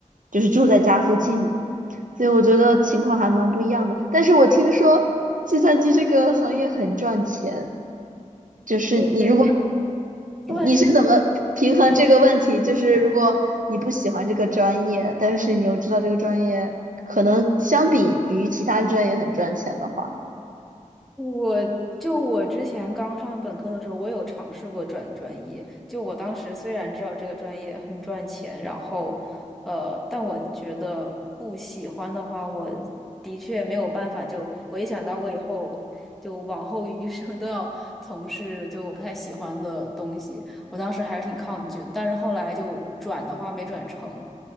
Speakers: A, on the right (about 75°); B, in the centre.
A: 就是住在家附近嘛，所以我觉得情况还蛮不一样的。但是我听说计算机这个行业很赚钱，就是你如果
B: 对，<laughs> 对，
A: 你是怎么平衡这个问题？就是如果你不喜欢这个专业，但是你又知道这个专业可能相比于其他专业很赚钱的话。
B: 我就我之前刚上本科的时候，我有尝试过转专业。就我当时虽然知道这个专业很赚钱，然后，呃，但我觉得不喜欢的话，我的确没有办法就。我一想到我以后就往后余生都要从事就我不太喜欢的东西，我当时还是挺抗拒。但是后来就转的话没转成，